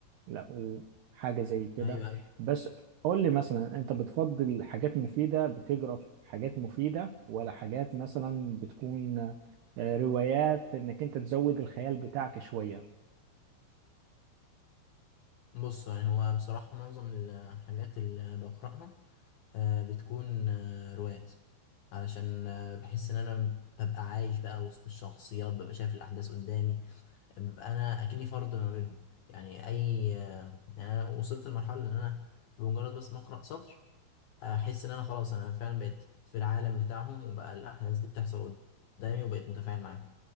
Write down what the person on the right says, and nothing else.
لقوا حاجة زي كده
بس قول لي مثلا أنت بتفضل حاجات مفيدة بتجرى في حاجات مفيدة ولا حاجات مثلا بتكون آه، روايات إنك أنت تزود الخيال بتاعك شوية